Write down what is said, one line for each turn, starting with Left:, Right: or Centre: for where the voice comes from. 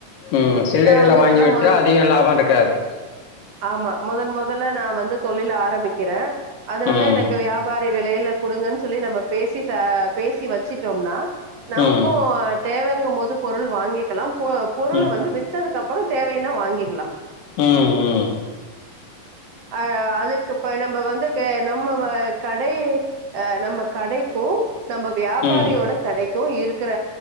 Left: உம் சில்லறில
Right: நா வந்து
Left: வாங்கி
Right: இப்பதா
Left: விற்ற
Right: முதல்
Left: அதிகம் லாபம் இருக்காது <inaudible>
Right: ஆமா முதன் முதல்ல நா வந்து தொழில் ஆர ரம்பிக்கிறேன் அதனால
Left: ம்
Right: எனக்கு வியாபா வி விலையில குடுங்கன்னு சொல்லி நம்ம பேசி ச பேசி வச்சிட்டோம்னா நமக்கும்
Left: ம்
Right: தேவங்க ம்போது பொருள் வாங்கிக் எல்லாம் பொ பொருள
Left: ம் ம்
Right: வந்து வித்ததுக்கு அப் அப்புறம் தேவைனா வாங்கிக்கலா
Left: ம் ம்
Right: ஆ அதுக்கு இப்ப நம்ப வந்து ஹ நம்ம கடை அஹ நம்ம கடைக்கும் நம்ம வியாபாரியோட
Left: ம்
Right: கடைக்கும் இருக் க்குற